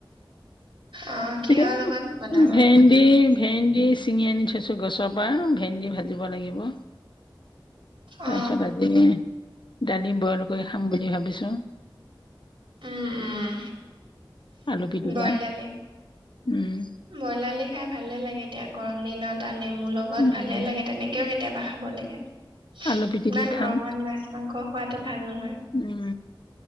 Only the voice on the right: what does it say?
অ কিহৰ
লগত বনাব?
অ
উম উম,
বইল দালি।
ব্ৰইল দালি খাই ভালে লাগে দিয়া, গৰম দিনত আৰু নেমুৰ লগত
ভালে লাগে তেনেকে। ও কেতিয়াবা খাব লাগে।
ইমান
গৰমত মাছ মাংস খোৱাতো ভাল নহয়।